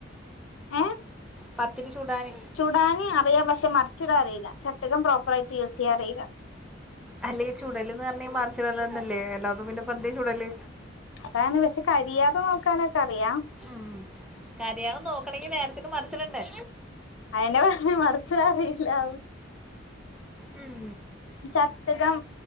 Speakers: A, on the left; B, in the centre.
A: ഏ
B: പത്തിരി ചുടാന്
A: ചുടാന് അറിയാം പക്ഷേ മറിച്ചിടാൻ അറിയില്ല ചട്ടുകം പ്രോപ്പർ ആയിട്ട് യൂസയ്യാൻ അറിയില്ല
B: അല്ല ഈ ചുടലന്ന് പറഞ്ഞാ ഈ മറിച്ച് ഇടല് തന്നല്ലേ അല്ലാതെ പിന്നെ ഇപ്പൊ എന്തേ ചുടല്
A: അതാണ് പക്ഷെ കരിയാതെ നോക്കാനൊക്കെ അറിയാം
B: ഉം കരിയാതെ നോക്കണങ്കി നേരത്തിന് മറിച്ചിടണ്ടേ
A: അയിന പറഞ്ഞെ മറിച്ചിടാൻ അറിയില്ലാന്ന്
B: ഉം
A: ചട്ടുകം